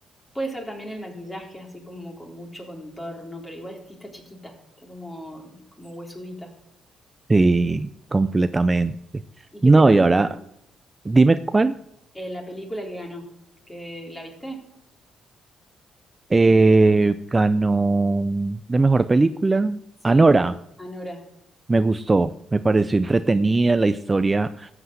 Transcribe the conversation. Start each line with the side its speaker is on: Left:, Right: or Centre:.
Left: Puede ser también el maquillaje, así como con mucho contorno, pero igual sí está chiquita, está como, como huesudita.
Right: sí, completamente.
Left: ¿Y qué
Right: No,
Left: te parece
Right: y ahora, dime cuál
Left: eh, la película que ganó? ¿Que la viste?
Right: eh, ganó de mejor película.
Left: Sí,
Right: Anora,
Left: Anora.
Right: me gustó, me pareció entretenida, la historia